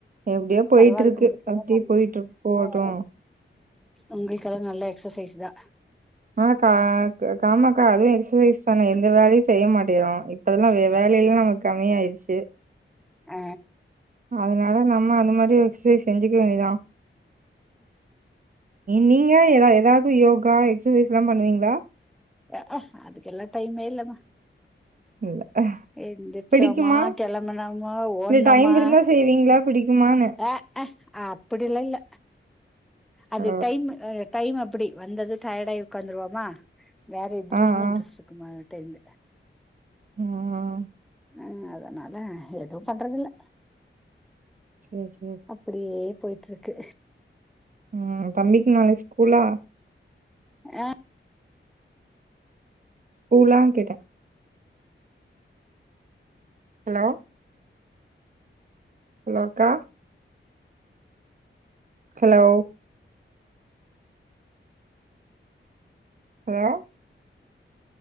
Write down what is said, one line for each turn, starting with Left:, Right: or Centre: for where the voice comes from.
Right: எப்படியோ போயிட்டுருக்கு.
Centre: பரவாயில்ல
Right: அப்படியே போயிட்டுருக்கு
Centre: <unintelligible>
Right: போகட்டும்.
Centre: உங்களுக்கெல்லா நல்லா எக்ஸசைஸ் தா
Right: அ கா காமாக்கா அதுவு எக்ஸசைஸ் தானே எந்த வேலயு செய்ய மாட்டேகுறோ இப்ப அதெல்லா வே வேலயு நமக்கு கம்மியாயிருச்சு
Centre: அ
Right: அதனால நம்ம அந்த மாரி எக்ஸசைஸ் செஞ்சுக்க வேண்டியதா நீங்க எதோ எதாவது யோகா எக்ஸசைஸ்ல்லா பண்ணுவீங்ளா
Centre: அக்அ அதுகெல்லா டைமே இல்லமா
Right: இல்ல
Centre: எந்திரிச்சோமா
Right: பிடிக்குமா
Centre: கெளம்புனோமா ஓடுணோமா
Right: இல்ல டைம் இருந்தா செய்வீங்களா பிடிக்குமான்னு
Centre: அ அப்பிடில்லா இல்ல அது
Right: ஓ,
Centre: டைம் டைம் அப்டி வந்தது டயட்டாயி உட்காந்துருவமா வேற எதுலயுமே
Right: ஆ ஆ
Centre: இன்ட்ரெஸ்ட் இருக்க மாட்டேந்து
Right: ம்
Centre: ம் அதனால எதுவு பண்றதில்ல
Right: சேர்
Centre: அப்டியே போயிட்டு இருக்கு
Right: ம் தம்பிக்கு நாளிக்கு ஸ்கூல்லா
Centre: அ
Right: ஸ்கூல்லா கேட்ட ஹலோ ஹலோ அக்கா ஹலோ ஏ